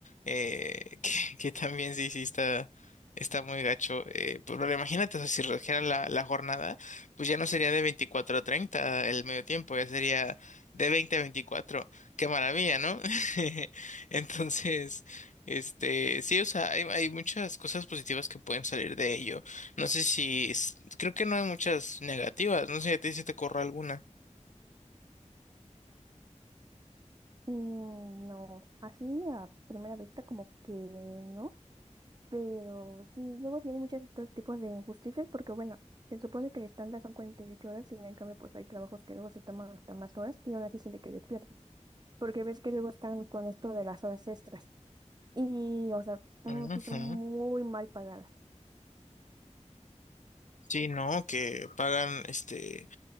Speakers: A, on the left; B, on the right.
A: eh, <laughs> que, que también sí, sí está, está muy gacho. Eh, pues, pero imagínate, o sea, si redujeran la, la jornada, pues ya no sería de 24 a 30 el medio tiempo, ya sería de 20 a 24. Qué maravilla, ¿no? <laughs> Entonces... Este, sí, o sea, hay, hay muchas cosas positivas que pueden salir de ello. No sé si, es- creo que no hay muchas negativas. No sé si a ti se te ocurre alguna.
B: Y no, así a primera vista, como que no. Pero sí, luego sí hay muchos otros tipos de injusticias porque, bueno, se supone que el estándar son 48 horas y en cambio pues hay trabajos que luego se toman hasta más horas y aún así siente que le pierden. Porque ves que luego están con esto de las horas extras y, o sea, mm,
A: Ujú.
B: sí son muy mal pagadas.
A: Sí, no, que pagan este